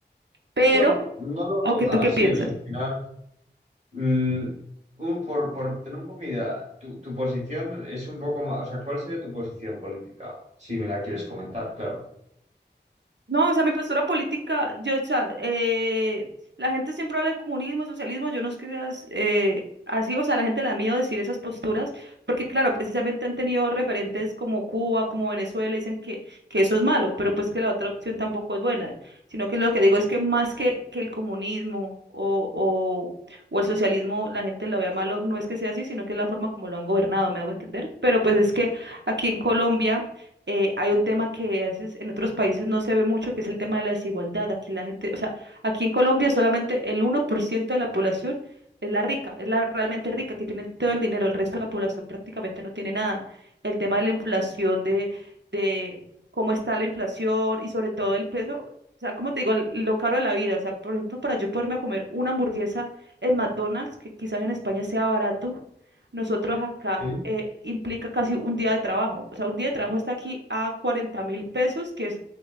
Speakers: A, on the right; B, on the right.
A: Pero,
B: Bueno, no lo
A: ¿o
B: veo
A: que
B: tan
A: tú
B: así,
A: qué piensas?
B: o sea, al final Mm, un- por, por tener un poco mi idea, tu, tu posición es un poco más, o sea, ¿cuál sería tu posición política? Si me la quieres comentar, claro.
A: No, o sea, mi postura política, yo, o sea, eh, la gente siempre habla del comunismo, socialismo, yo no es que seas eh, así, o sea, la gente le da miedo decir esas posturas, porque claro, precisamente han tenido referentes como Cuba, como Venezuela, dicen que, que eso es malo, pero pues que la otra opción tampoco es buena, sino que lo que digo es que más que, que el comunismo o, o, o el socialismo, la gente lo vea malo, no es que sea así, sino que es la forma como lo han gobernado, me hago entender, pero pues es que aquí en Colombia eh, hay un tema que a veces en otros países no se ve mucho, que es el tema de la desigualdad. Aquí la gente, o sea, aquí en Colombia solamente el uno por ciento de la población es la rica, es la realmente rica, que tiene todo el dinero, el resto de la población prácticamente no tiene nada. El tema de la inflación, de, de cómo está la inflación y sobre todo el peso, o sea, como te digo, el- lo caro de la vida. O sea, por ejemplo, para yo poderme comer una hamburguesa en McDonald's, que quizás en España sea barato, nosotros acá
B: Sí,
A: eh, implica casi un día de trabajo. O sea, un día de trabajo está aquí a cuarenta mil pesos, que es,